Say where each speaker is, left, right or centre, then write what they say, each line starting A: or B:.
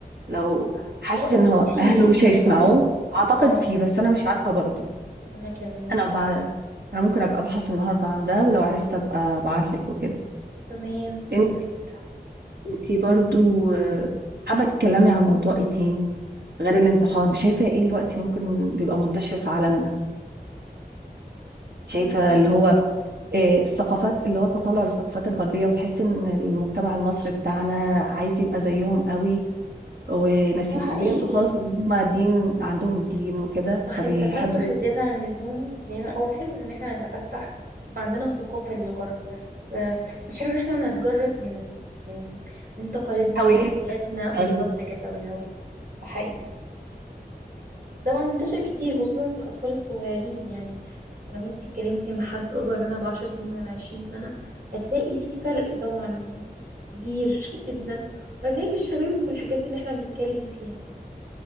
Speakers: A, on the right; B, on the right.
A: لو حاسس
B: هو أكيد
A: ان هو
B: فيه
A: اهله مش
B: بس
A: هيسمعوه
B: أنا ممكن
A: اعتقد
B: اه
A: فيه بس انا مش عارفة برضه
B: انا كمان
A: انا أبقى انا ممكن ابقى ابحث النهارده عن ده ولو عرفت ابقى ابعت لك وكده
B: تمام
A: انت
B: سميرة
A: انتي برضو آه، حابه تتكلمي عن موضوع ايه تاني غير الانتحار شايفه ايه الوقت ممكن بيبقى منتشر في عالمنا شايفه
B: أمم،
A: اللي هو آه، الثقافات اللي هو التطلع للثقافات الغربيه وتحس ان المجتمع المصري بتاعنا عايز يبقى زيهم قوي ونسي
B: ده حقيقي
A: وبينسوا خالص ان هم دين عندهم الدين وكده
B: صح
A: فبيحبوا
B: التفتح زيادة عن اللزوم بينا هو حلو ان احنا نتفتح يبقى عندنا ثقافة للغرب بس آه، مش حلو ان احنا نتجرد من من من تقاليدنا
A: هويات
B: ومن حياتنا بالظبط
A: حلو
B: كده والهوية ده حقيقي ده بقى منتشر كتير خصوصا في الأطفال الصغيرين يعني لو انتي اتكلمتي مع حد أصغر منها بعشر سنين ولا عشرين سنة هتلاقي في فرق طبعا كبير <laughs> جدا وهتلاقي مش هاممهم الحاجات اللي احنا بنتكلم فيها